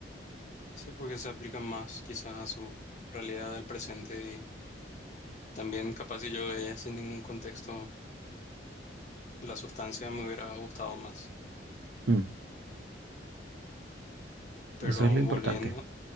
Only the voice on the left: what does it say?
Sí, porque se aplica más quizás a su realidad del presente y también capaz si yo veía sin ningún contexto la sustancia me hubiera gustado más.
Pero
volviendo